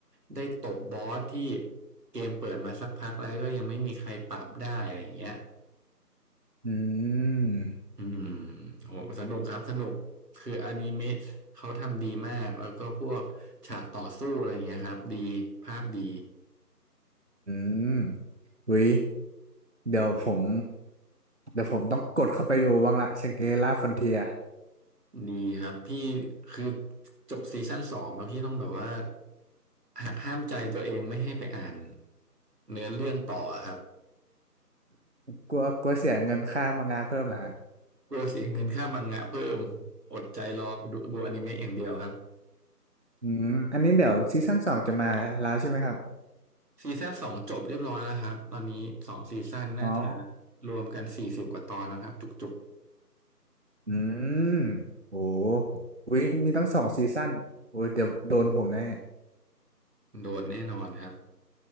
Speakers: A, on the right; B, on the right.
A: ได้ตบบอสที่เกมเปิดมาสักพักแล้วก็ยังไม่มีใครปรับได้อะไรอย่างเงี้ย
B: อืม
A: อืมโอ้โหสนุกครับสนุกคืออนิเมะเขาทำดีมากแล้วก็พวกฉากต่อสู้อะไรเงี้ยครับดีภาพดี
B: อืม วิ เดี๋ยวผมเดี๋ยวผมต้องกดเข้าไปดูบ้างละชังเกล่าฟอนเทีย
A: ดีครับพี่คือจบซีซั่นสองแล้วพี่ต้องแบบว่าหาห้ามใจตัวเองไม่ให้ไปอ่านเนื้อเรื่องต่อครับ
B: กลัวกลัวเสียเงินค่ามังงะเพิ่มเหรอฮะ
A: กลัวเสียเงินค่ามังงะเพิ่มอดใจรอดูดูอนิเมะอย่างเดียวครับ
B: อืม อันนี้เดี๋ยวซีซั่นสองจะมาแล้วใช่ไหมครับ
A: ซีซั่นสองจบเรียบร้อยแล้วครับตอนนี้สองซีซั่นน่าจะ
B: อ๋อ
A: รวมกันสี่สิบกว่าตอนนะครับจุก
B: อืมโหวิมีตั้งสองซีซั่นโอ้ยเดี๋ยวโดนผมแน่
A: ๆโดนแน่นอนครับ